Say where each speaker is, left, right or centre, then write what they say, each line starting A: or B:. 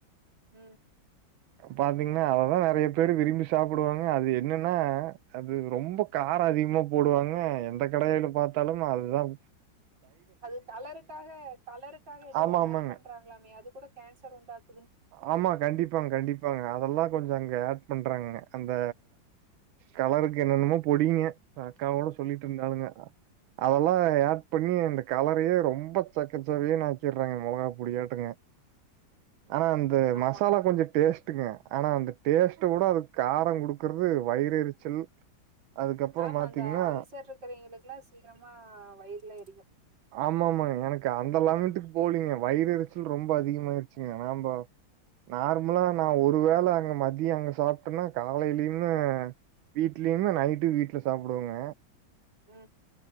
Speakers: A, on the right; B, on the right.
A: ம்
B: பாத்தீங்கன்னா அதான் நிறைய பேர் விரும்பி சாப்பிடுவாங்க அது என்னென்ன அது ரொம்ப காரம் அதிகமா போடுவாங்க எந்த கடையில பார்த்தாலும் அதுதான்
A: அது கலருக்காக கலருக்காக ஏதோ
B: ஆமா ஆமாங்க
A: ஆட் பண்றாங்களாமே அது கூட கேன்சர் உண்டாக்
B: ஆமா கண்டிப்பாங்க கண்டிப் ப்பாங்க அதெல்லாம் கொஞ்சம் அங்க ஆட் பண்றாங்க அந்த கலருக்கு என்னென்னமோ பொடிங்க அக்காவோட சொல்லிட்டு இருந்தாலுங்க அதெல்லா ஆட் பண்ணி அந்த கலரையே ரொம்ப செக்கச் செவேனு ஆக்கிராங்க மொளகா பொடி ஆட்டங்க
A: ம்
B: ஆனா அந்த
A: ஆமா
B: மசாலா கொஞ்ச டேஸ்ட் ட்டுங்க ஆனா அந்த டேஸ்டை விட அது காரம் குடுக்குறது வயிறு எரிச்சல் அதுக்கப்புறோ
A: ஆமா
B: பாத்தீங்கன்னா
A: அந்த அல்சர் இருக்கிறவங்களுக்கு எல்லாம் சீக்கிரமா வயிறுல எரியும்
B: ஆமா ஆமா எனக்கு அந்த லெவல்த்துக்கு போலீங்க வயிறு எரிச்சல் ரொம்ப அதிகமா ஆயிருச்சிங்க நம்ப நார்மலா நான் ஒருவேளை அங்க மதியம் அங்க சாப்ட்டேனா காலையிலயுமே வீட்லையுமே நைட்டு வீட்ல சாப்டுவங்க
A: ம்